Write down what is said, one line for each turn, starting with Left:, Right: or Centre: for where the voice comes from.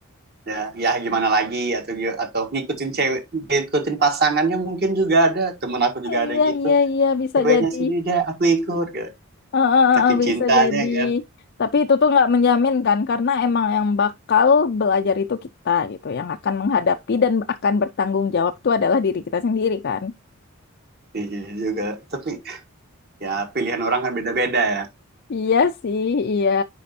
Right: ya, ya gimana lagi atau gi- atau ngikutin cewek ngikutin pasangannya mungkin juga ada temen aku juga ada
Left: Iya,
Right: gitu
Left: iya, iya, bisa
Right: ceweknya
Left: jadi.
Right: sini udah aku ikut gitu.
Left: Eh, eh, eh,
Right: saking
Left: eh, bisa
Right: cintanya
Left: jadi.
Right: kan
Left: Tapi itu tuh nggak menjamin kan, karena emang yang bakal belajar itu kita gitu, yang akan menghadapi dan akan bertanggung jawab tuh adalah diri kita sendiri kan.
Right: iya juga tapi ya pilihan orang kan beda-beda ya
Left: Iya sih, iya.